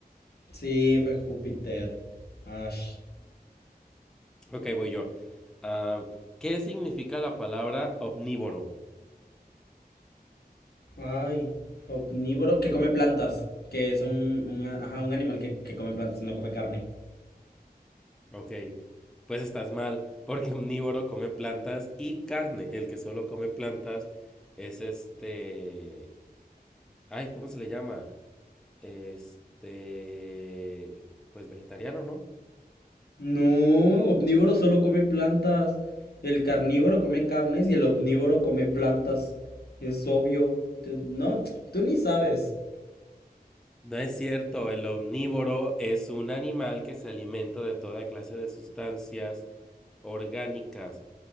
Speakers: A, on the left; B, in the centre.
A: Sí, fue Júpiter. Ash.
B: Ok, voy yo. Ah, ¿qué significa la palabra omnívoro?
A: Ay, omnívoro que come plantas. Que es un, un- ajá, un animal que, que come plantas, no come carne.
B: Ok, pues estás mal, porque omnívoro come plantas y carne. El que solo come plantas es este... Ay, ¿cómo se le llama? Este, pues vegetariano, ¿no?
A: No, omnívoro solo come plantas. El carnívoro come carnes y el omnívoro come plantas. Es obvio. Tú- no, tú ni sabes.
B: No es cierto, el omnívoro es un animal que se alimenta de toda clase de sustancias orgánicas,